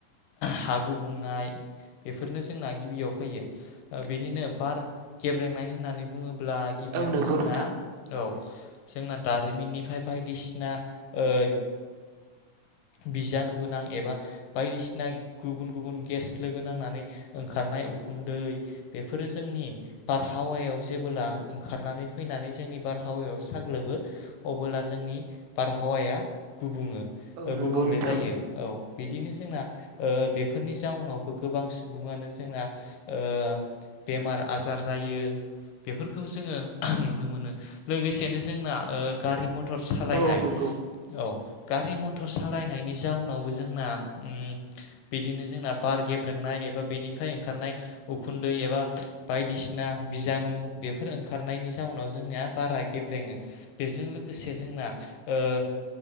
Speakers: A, on the left; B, on the right.
A: हा गुबुंनाय बेफोरनो जोंना गिबियाव फैयो बेनिनो बार गेब्रेंनाय होननानै बुंङो ब्ला गिबियावनो
B: औ नंगौ
A: जोंना
B: नोंथां
A: औ जोंना दारिमिननिफ्राय बायदिसिना ओ
B: <inaudible>
A: बिजानुगोनां एबा बायदिसिना गुबुन गुबुन गेस लोगो नांनानै ओंखारनाय उखुन्दै बेफोरो जोंनि बारहावायाव जेबोला ओंखारनानै फैनानै जोंनि बारहावायाव साग्लोबो अबोला जोंनि बारहावाया गुबुङो गुबुंले
B: औ नंगौ नोंथां
A: जायो औ बिदिनो जोंना ओ बेफोरनि जाउनावबो गोबां सुबुङानो जोंना ओ बेमार आजार जायो। बेफोरखौ जोंङो नुनो मोनो लोगोसेनो जोंना ओ गारि म टर सालायनाय
B: औ नंगौ
A: औ गारि मथर सालाय नायनि जाउनावबो जोंना अम बिदिनो जोंना बार गेब्रेंनाय एबा बेनिफ्राय ओंखारनाय उ खुन्दै एबा बायदिसिना बिजानु बेफोर ओंखारनायनि जाउनाव जोंनिया बारा गेब्रें ओ बेजों लोगोसे जोंना ओ